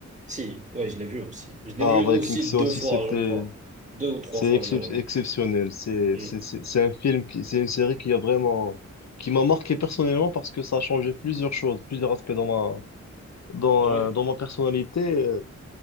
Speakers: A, on the right; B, on the left.
A: si, ouais, je l'ai vu aussi. Je l'ai
B: Ah,
A: vu
B: Vikings,
A: aussi
B: c'est
A: deux
B: aussi,
A: fois,
B: c'était,
A: je crois. Deux ou trois
B: c'est
A: fois,
B: excep-
A: je l'ai revu.
B: exceptionnel. C'est,
A: Hmm.
B: c'est, c'est c'est un film qui, c'est une série qui a vraiment, qui m'a marqué personnellement parce que ça a changé plusieurs choses, plusieurs aspects dans ma, dans,
A: Ouais.
B: euh, dans ma personnalité. Euh,